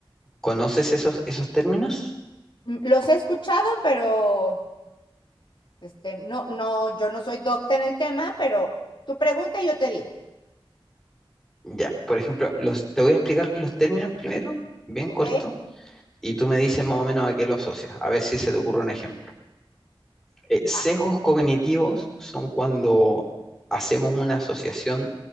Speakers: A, in the centre; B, on the left (about 55°).
A: conoces esos, esos términos?
B: Mm, Los he escuchado, pero este, no, no, yo no soy docta en el tema, pero tu pregunta y yo te digo.
A: Ya, por ejemplo, los, te voy a explicar los términos primero, bien
B: Ok,
A: corto, y tú me dices más o menos a qué lo asocias, a ver si se te ocurre un ejemplo. Eh,
B: va.
A: sesgos cognitivos son cuando hacemos una asociación